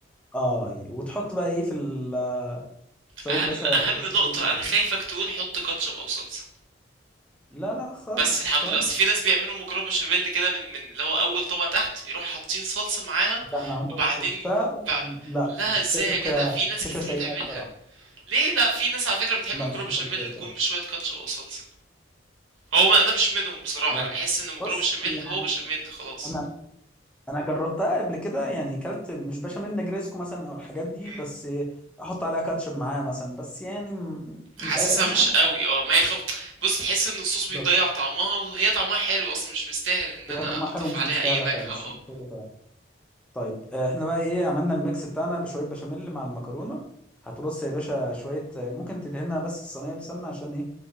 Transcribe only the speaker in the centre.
اه يعني. وتحط بقى ايه في ال- شويه
باشا يا
باشا
شويه مكرونه
لا لا خالص
خالص
ده انا عمري
ما شفتها
لا
مش
فكره
فكره سيئه
بصراحه
لا
مش فكره
سيئه بصراحه
آه،
بص
يعني
انا انا جربتها قبل كده يعني كلت مش بشاميل نجريسكو مثلا او الحاجات
دي بس احط عليها كاتشب معاها مثلا بس يعني م- مش
أج... مش
عارف
بالظبط
هي
طعمها حلو
مش
مستاهله
فعلا
مش
محتاجه فعلا طيب آه، احنا بقى ايه عملنا الميكس بتاعنا بشويه بشاميل مع المكرونه هترص يا باشا شويه آه، ممكن تدهنها بس الصينيه بسمنه عشان ايه